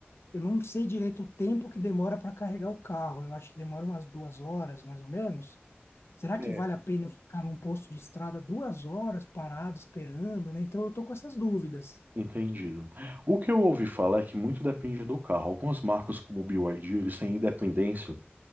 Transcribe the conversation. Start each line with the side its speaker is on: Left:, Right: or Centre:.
Left: eu não sei direito o tempo que demora para carregar o carro. Eu acho que demora umas duas horas, mais ou menos. Será que
Right: É,
Left: vale a pena eu ficar num posto de estrada duas horas parado, esperando, né? Então, eu tô com essas dúvidas.
Right: entendido. O que eu ouvi falar é que muito depende do carro. Algumas marcas como o BYD, eles têm independência